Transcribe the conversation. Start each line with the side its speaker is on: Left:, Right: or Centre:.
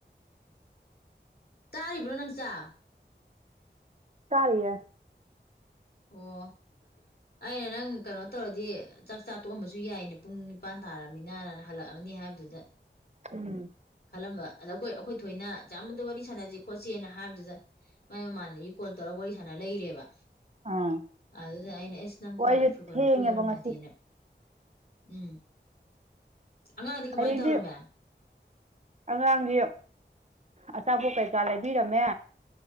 Left: ꯇꯥꯔꯤꯕ꯭ꯔꯣ ꯅꯪ ꯆꯥꯛ
Right: ꯇꯥꯔꯤꯌꯦ
Left: ꯑꯣ ꯑꯩꯅ ꯅꯪ ꯀꯩꯅꯣ ꯇꯧꯔꯗꯤ ꯆꯥꯛ ꯆꯥ ꯇꯣꯛꯑꯝꯕꯁꯨ ꯌꯥꯏꯅꯦ ꯄꯨꯡ ꯅꯤꯄꯥꯟ ꯇꯥꯔꯝꯅꯤꯅ ꯍꯜꯂꯛꯑꯝꯃꯅꯤ ꯍꯥꯏꯕꯗꯨꯗ
Right: ꯎꯝ
Left: ꯈꯜꯂꯝꯕ ꯑꯗ ꯑꯩꯈꯣꯏ-ꯑꯩꯈꯣꯏ ꯊꯣꯏꯅ ꯆꯥꯃꯗ ꯋꯥꯔꯤ ꯁꯥꯟꯅꯁꯤ ꯈꯣꯠꯆꯦꯅ ꯍꯥꯏꯕꯗꯨꯗ ꯃꯥꯏ ꯃꯃꯥꯟꯅꯕꯤ ꯀꯣꯜ ꯇꯧꯔꯛꯑꯒ ꯋꯥꯔꯤ ꯁꯥꯟꯅ ꯂꯩꯔꯦꯕ
Right: ꯑꯥ
Left: ꯑꯗꯨꯗ ꯑꯩꯅ ꯑꯦꯁ ꯅꯪ
Right: ꯑꯣ
Left: ꯀꯣꯜ
Right: ꯑꯩꯁꯦ ꯊꯦꯡꯉꯦꯕ
Left: ꯅꯪ ꯐ꯭ꯔꯤ ꯑꯣꯏꯔꯝꯃꯗꯤꯅ
Right: ꯉꯁꯤ
Left: ꯎꯝ ꯑꯉꯥꯡꯗꯤ ꯀꯃꯥꯏꯅ
Right: ꯑꯩꯗꯤ
Left: ꯇꯧꯔꯝꯃꯦ
Right: ꯑꯉꯥꯡꯒꯤ ꯑꯆꯥꯄꯣꯠ ꯀꯩꯀꯥ ꯂꯩꯕꯤꯔꯝꯃꯦ